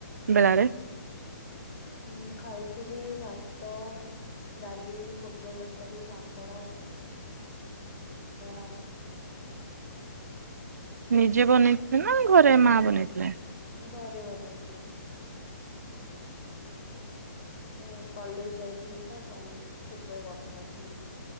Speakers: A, on the right (about 60°); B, on the left (about 35°).
A: ବେଳାରେ?
B: ହୁଁ ଖାଇଥିଲି ଭାତ, ଡାଲି, ପୋଟଳ ତରକାରୀ, ପାମ୍ପଡ, ହଁ।
A: ନିଜେ ବନେଇଥିଲେ ନା ଘରେ ମା ବନେଇଥିଲେ?
B: ଘରେ ବନେଇଥିଲୁ। ମୁଁ କଲେଜ ଯାଇଥିଲି ତ କରିନି, ସେତବେଳେ ବନେଇ ନଥିଲି।